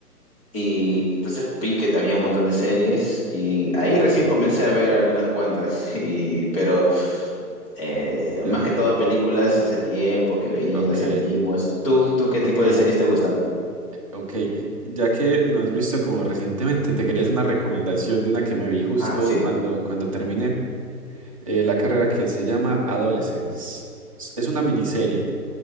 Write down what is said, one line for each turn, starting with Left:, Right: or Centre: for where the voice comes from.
Left: y entonces vi que había un montón de series y ahí recién
Right: Sí,
Left: comencé a ver algunas cuantas, <laughs> y, pero eh,
Right: Ya.
Left: más que todo películas hace tiempo que veía
Right: Ok.
Left: las antiguas. ¿Tú, tú qué
Right: Ok.
Left: tipo
Right: eh,
Left: de series te gustan?
Right: ok. eh, Ya que no has visto como recientemente, te quería hacer una recomendación de una que me vi justo
Left: Ah, sí,
Right: cuando, cuando terminé eh, la carrera que se llama Adolescence. Es es una miniserie.